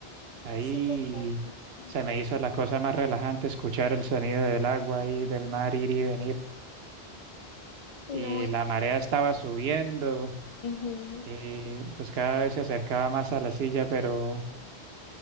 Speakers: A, on the right; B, on the left.
A: Ahí
B: Sí, está- hermoso.
A: se me hizo la cosa más relajante escuchar el sonido del agua y del mar ir y venir. Y
B: No es.
A: la marea estaba subiendo
B: ujú.
A: y pues cada vez se acercaba más a la silla, pero